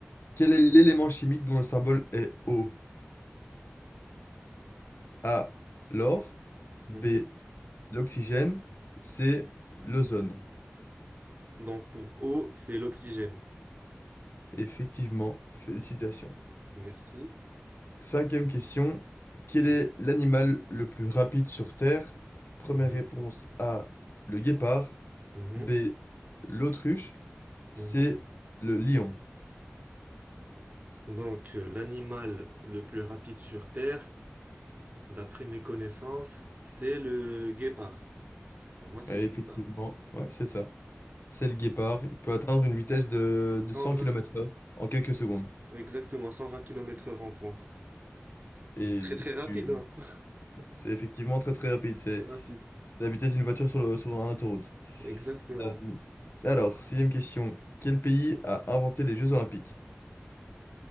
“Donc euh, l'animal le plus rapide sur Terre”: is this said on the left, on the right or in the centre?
Right